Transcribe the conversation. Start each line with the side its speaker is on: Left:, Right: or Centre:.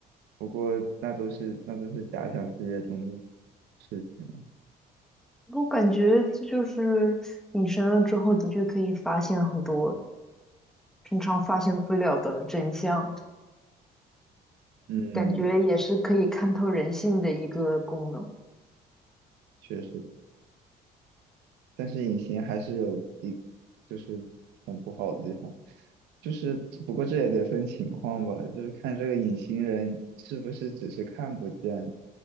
Right: 不过那都是那都是假想世界中的事情了
Centre: 我感觉这就是隐身了之后，的确可以发现很多平常发现不了的真相，
Right: 嗯，
Centre: 感觉也是可以看透人性的一个功能。
Right: 确实。但是隐形还是有一就是很不好的地方，就是不过这也得分情况吧，就是看这个隐形人是不是只是看不见，